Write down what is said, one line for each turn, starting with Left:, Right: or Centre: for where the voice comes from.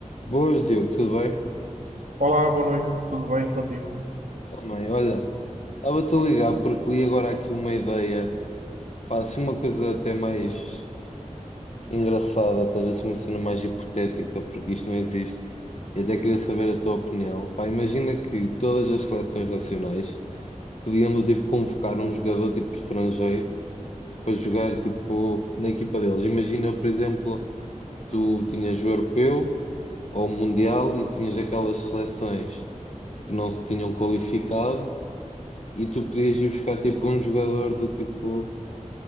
Left: Boas, Diogo, tudo bem?
Right: Olá, boa noite, tudo bem contigo?
Left: Também, olha, estava-te a ligar porque li agora aqui uma ideia, pá, assim uma coisa até mais engraçada, estás assim uma cena mais hipotética, porque isto não existe, e até queria saber a tua opinião. Pá, imagina que todas as seleções nacionais podiam do tipo convocar um jogador tipo estrangeiro para jogar tipo na equipa deles. Imagina, por exemplo, tu tinhas o europeu ou o mundial e tinhas aquelas seleções que não se tinham qualificado E tu podias ir buscar tipo um jogador do tipo